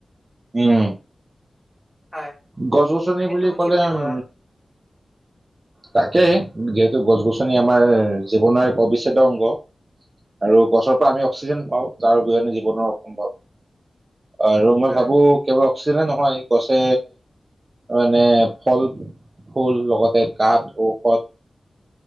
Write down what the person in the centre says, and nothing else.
হয়
তাকে
তুমি
কি
ভাবা?
হয়